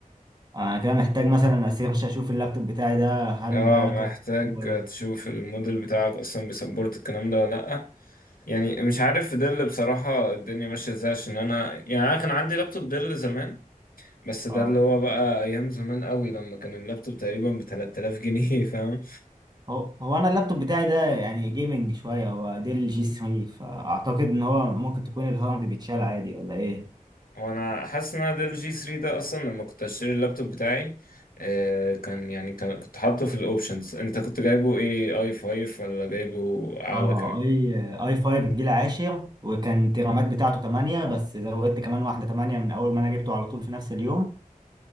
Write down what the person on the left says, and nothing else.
اه
محتاج
تشوف الموديل بتاعك اصلا بيسبورت الكلام ده ولا لأ يعني مش عارف في دل بصراحة الدنيا ماشية ازاي عشان انا يعني انا كان عندي لابتوب دل زمان بس ده
اللي هو بقى ايام زمان قوي لما كان اللابتوب تقريبا ب 3000 جنيه <laughs> فاهم
وانا حاسس ان انا دل جي 3 ده اصلا لما كنت اشتري اللابتوب بتاعي آه، كان يعني كان كنت حاطه في الاوبشنز انت كنت جايبه ايه اي 5 ولا جايبه اعلى
كام